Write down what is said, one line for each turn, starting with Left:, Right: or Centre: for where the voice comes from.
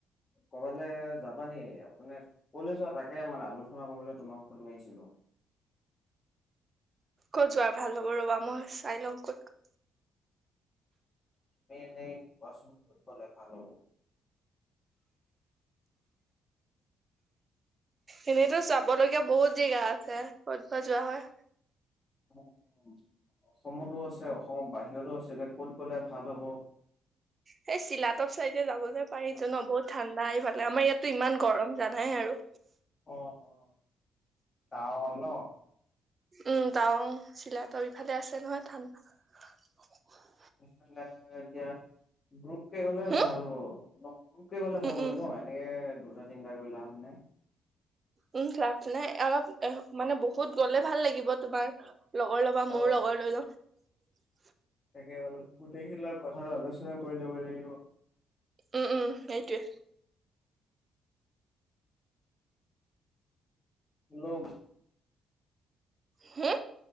Left: কবালে যাবা নি? মানে কলে যোৱা তাকে মানে আলোচনা কৰিবলৈ তোমাক ফোন মাৰিছিলো।
Right: কত যোৱাৰ ভাল হ'ব ৰবা মই চাই লওঁ ক'ত
Left: তুমি এনেই কোৱা চোন ক'ত গলে ভাল হ'ব?
Right: এনেইতো চাব লগগীয়া বহুত জেগা আছে ক'ত বা যোৱা হয়।
Left: অ <unintelligible> অসমতো আছে অসমৰ বাহিৰৰো আছে এতিয়া ক'ত গ'লে ভাল হ'ব?
Right: সেই চিলাতপ চাইডে যাবলৈ পাৰিটো ন বহুত ঠাণ্ডা এইফালে আমাৰ ইয়াতো ইমান গৰম জানাই আৰু।
Left: অ অ টাৱাং ন।
Right: উম টাৱং চিলাতৰ ইফালে আছে নহয় ঠাণ্ডা।
Left: তেনেহলে এতিয়া গ্ৰুপ কে
Right: হম
Left: ভাল হব। ন <unintelligible> কে গলে
Right: উম
Left: ভাল
Right: উম
Left: হ'ব ন এনে চিন্তা কৰি লাভ নাই।
Right: উম লাভ নাই, অলপ মানে বহুত গলে ভাল লাগিব তোমাৰ লগৰ লবা,
Left: অ
Right: মোৰ লগৰ লৈ যাও। <unintelligible> <inaudible>
Left: তাকে অলপ গোটেই খেলোৱাৰ কথা ঘৰত আলোচনা কৰি লব লাগিব।
Right: উম উম সেইটোৱে।
Left: ল'ম
Right: হে?